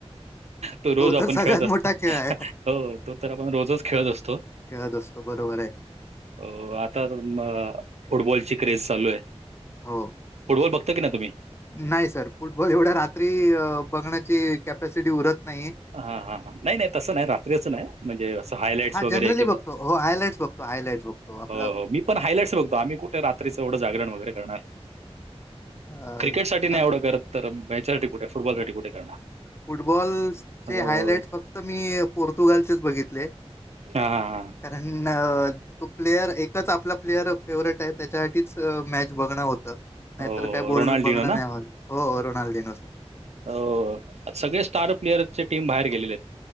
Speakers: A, on the right; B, on the left.
A: तो रोज आपण
B: तर सगळ्यात
A: खेळत असतो
B: मोठा खेळ आहे.
A: हो तो तर आपण रोजच खेळत असतो.
B: खेळत असतो बरोबर आहे.
A: हो आता म फुटबॉलची क्रेज चालू आहे.
B: हो.
A: फुटबॉल बघता की नाय तुम्ही
B: नाही सर फुटबॉल एवढ्या रात्री अ बघण्याची कॅपॅसिटी उरत नाही.
A: हा हा नाही नाही तसं नाही रात्री अस नाही. म्हणजे असं हायलाइट्स
B: हा
A: वगैरे
B: जनरली
A: किंवा
B: बघतो. हो हायलाइट्स बघतो, हायलाइट्स बघतो. आपलं
A: हो हो मी पण हायलाईट्स बघतो आम्ही कुठे रात्रीच एवढं जागरण वगैरे करणार.
B: अं,
A: क्रिकेट साठी नाही
B: अ,
A: एवढं करत तर याच्यासाठी कुठे फुटबॉलसाठी कुठे करणार.
B: फुटबॉल चे
A: हो.
B: हायलाइट फक्त मी पोर्तुगालचेच बघितले.
A: हा हा हा हा
B: कारण तो प्लेयर एकच आपला प्लेअर फेवरेट आहे त्याच्यासाठीच मॅच बघणं होतं. नाहीतर
A: हो
B: काय बोल
A: रोनाल्डिनो
B: बघणं
A: ना?
B: नाही आ हो रोनाल्डीनो साठी
A: हो सगळे स्टार प्लेअर चे टीम बाहेर गेलेले येत.